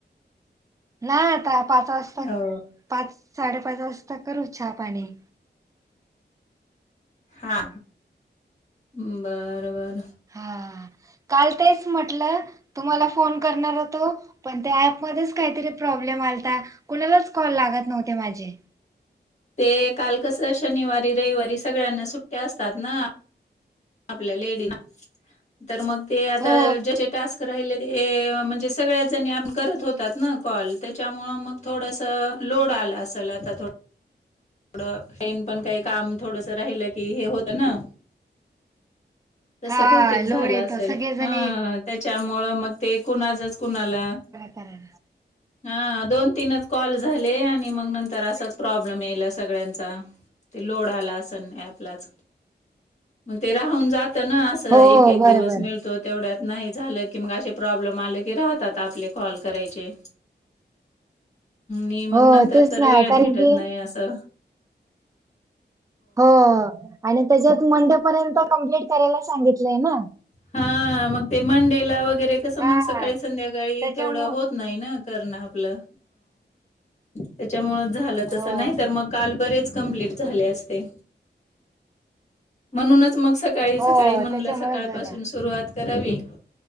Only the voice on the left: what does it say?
हो
हा बरं बरं
ते काल कसं शनिवारी रविवारी सगळ्यांना सुट्टया असतात ना आपल्या लेडीज तर मग ते आता
ज्या टास्क राहिले ते म्हणजे सगळ्या जणी आपण करत होतात ना कॉल त्याच्यामुळं मग थोडसं लोड आला असेल आता थोडं थोडं टेन पण काही काम थोडंसं राहिलं की हे होत ना तसं
बहुतेक
झालं
असल,
हं त्याच्यामुळं, मग ते कुणाचच कुणाला
हां, दोन तीनच कॉल झाले आणि मंग नंतर असाच प्रॉब्लम यायला, अस सगळ्यांचा, ते लोड आला असन, ॲपला च. म ते राहून जात ना, असं
एक- एक
दिवस मिळतो. तेवड्यात नाही झालं की, मग अशे प्रॉब्लेम आले की, राहतात आपले कॉल करायचे. मी
मंग नंतर,
तर
वेळ
भेटत
नही असं.
हां, मग ते मंडेला वगैरे, कसं
मग सकाळी- संध्याकाळी
तेवढं होत नाही ना, करण आपलं, त्याच्यामुळ झाल तसं
नाही तर, मंग काल बरेच कंप्टीट झाले आस ते, म्हणूनच मग सकाळी-सकाळी
म्हणलं
सकाळ
पस सुरुवात करावी.